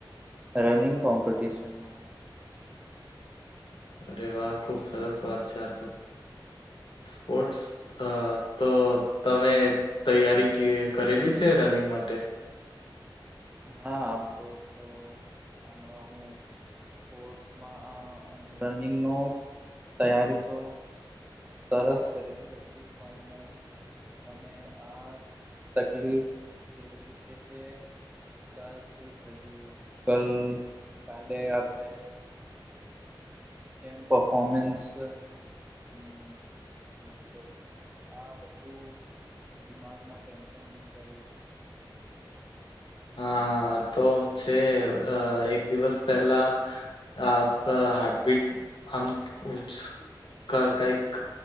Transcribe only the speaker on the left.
અરે વાહ ખુબ સરસ વાત છે આ તો સ્પોર્ટસ અ તો તમે તૈયારી કે કરેલી છે રનિંગ માટે
હા હા તો છે અ એક દિવસ પહેલા આપ હાર્ટ બીટ આમ <unintelligible> કઈક